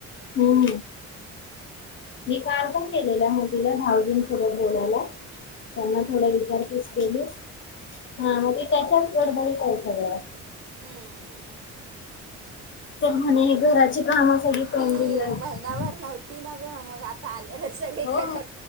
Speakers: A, on the left (about 40°); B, on the right (about 45°).
A: हम. मी काल पण केलेल्या मोदीला भाऊजींसोबत बोलायला. त्यांना
B: हो
A: थोड
B: काय
A: रचार्जस केले हा. मग ते त्याच्याच गडबडीत आहे सगळं.
B: हम्म.
A: तर म्हणे घराची कामं सळी पेंडिंग
B: ती
A: आहेत.
B: महिनाभर नव्हती ना मग आता आली सगळीकड
A: हो